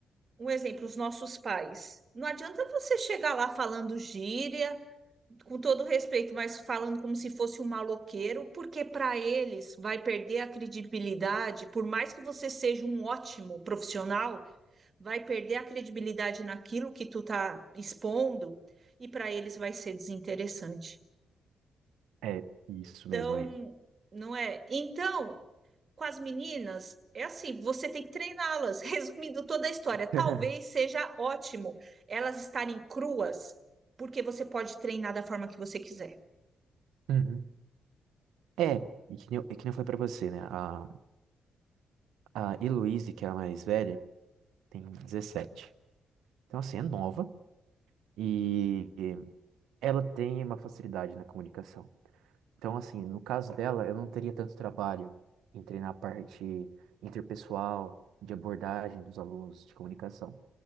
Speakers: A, on the right (about 45°); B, on the right (about 70°).
A: um exemplo, os nossos pais, não adianta você chegar lá falando gíria com todo respeito, mas falando como se fosse um maloqueiro, porque para eles vai perder a credibilidade, por mais que você seja um ótimo profissional, vai perder a credibilidade naquilo que tu tá expondo e para eles vai ser desinteressante.
B: É isso
A: Então,
B: mesmo, Aline.
A: não é? Então, com as meninas, é assim, você tem que treiná-las. <laughs> Resumindo toda a história, talvez
B: <laughs>
A: seja ótimo elas estarem cruas, porque você pode treinar da forma que você quiser.
B: uhum. É, e que nem, eu- e que nem eu falei pra você, né? A, a Heloise, que é a mais velha, tem dezessete, Então, assim, é nova e e ela tem uma facilidade na comunicação. Então, assim, no caso dela, eu não teria tanto trabalho em treinar a parte interpessoal, de abordagem dos alunos, de comunicação.